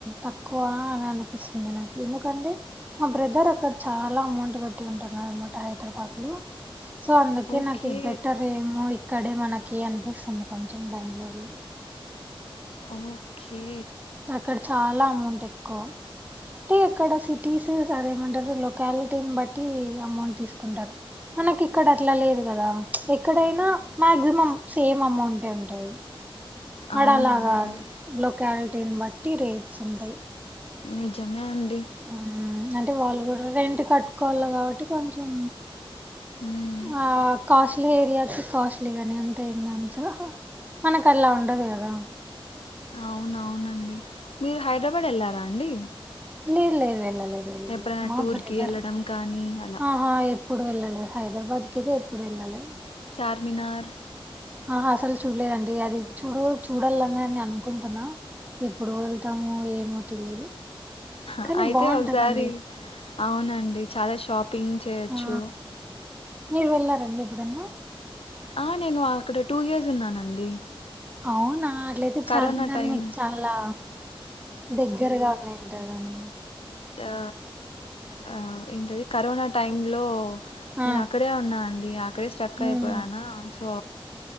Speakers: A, on the right; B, on the left.
A: తక్కువ అని అనిపిస్తుంది నాకి ఎంద్ కండి మా బ్రదర్ అక్కడ చాలా ఎమౌంట్ కట్టి ఉంటారు అనమాట హైదరాబాద్ లో సో అందుకే
B: ఓకే.
A: నాకి ది బెటర్ ఏమో ఇక్కడే మనకి కి అనిపిస్తుంది కొంచెం బెంగళూరు లో
B: ఓకే
A: అక్కడ చాలా అమౌంట్ ఎక్కువ అంటే ఇక్కడ సిటీస్ సరేమంటారు లొకాలిటీని బట్టి అమౌంట్ తీసుకుంటారు మనకి ఇక్కడ అట్లా లేదు కదా ప్చ్ ఎక్కడైనా మాక్సిమం సేమ్ అమౌంట్ ఉంటది ఆడ
B: అవునవునండి.
A: అలాగాదు లొకాలిటీని బట్టి రేట్స్ ఉంటాయి
B: నిజమేన్
A: ఉమ్ అంటే వాళ్ళు కూడా రెంట్ కట్టు కోళ్ల కాబట్టి కొంచెం
B: హ్మ్.
A: ఆ కాస్ ట్లా ఏరియాస్ కాస్ట్లీ గానే ఉంటాయి ఇంకా అంత హ మనకి అల్లా ఉండదు కదా
B: అవున అవునండి మీరు హైడ్రాబాడ్ వెళ్ళారా అండి
A: లేద్ లేదు వెళ్ళలేదు వెళ్ళలేదు
B: ఎప్పుడైనా
A: మా
B: టూర్‌కి
A: బ్రదర్
B: ఎళ్ళడం కానీ అలా?
A: ఆహా ఎ ఎప్పుడు వెళ్ళాలేదు హైదరాబాద్ కిది ఎప్పుడు వెళ్ళాలే
B: చార్మినార్
A: ఆహ అసలు చూడలేదండి అది చూడు చూడాలనిని అనుకుంటున్నా ఎప్పుడు వెళ్తామో ఏమో తెలియదు
B: హ
A: కానీ
B: అయితే
A: బాగుంటదండి
B: ఒకసారి అవునండి చాలా షాపింగ్ చేయొచ్చు
A: ఆ మీరు వెళ్ళారండి ఎప్పుడన్నా
B: ఆ నేను అక్కడ టూ ఇయర్స్ ఉన్నానండి
A: అవునా అట్లయితే చార్మినార్న్
B: కరోనా టైం
A: మీకు చాలా దగ్గరగా ఉన్నాంటదండి
B: అ అ ఏంటది కరోనా టైమ్ లో నేను
A: ఆ
B: అక్కడే ఉన్నా అండి అక్ అక్కడే స్ట్రక్ అయిపోయాన
A: ఉమ్
B: సో